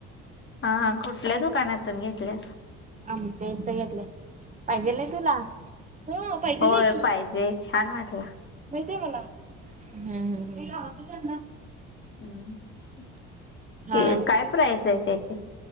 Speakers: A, on the left; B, on the right.
A: अ हा कुठल्या दुकानातून घेतलेस.
B: आमच्या इथ घेतलं पाहिजेलं आहेत तुला हो पाहिजेल
A: होय
B: आहे की.
A: पाहिजे छान वाटला.
B: माहित आहे मला हं ह्म ह्म <unintelligible> यांना
A: हम् हं
B: हा
A: ते काय प्राईज आहे त्याची